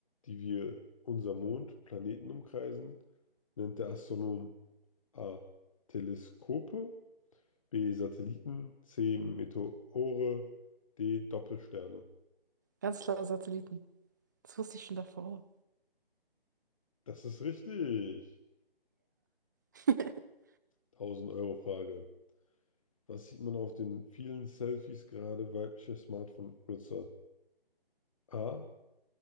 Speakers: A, on the left; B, on the right.
A: die wir unser Mond, Planeten umkreisen, nennt der Astronom A. Teleskope, B. Satelliten, C. Meteore, D. Doppelsterne.
B: Ganz klar Satelliten. Das wusste ich schon davor.
A: Das ist richtig.
B: <laughs>
A: 1000-Euro-Frage. Was sieht man auf den vielen Selfies gerade weiblicher Smartphone-Nutzer? A.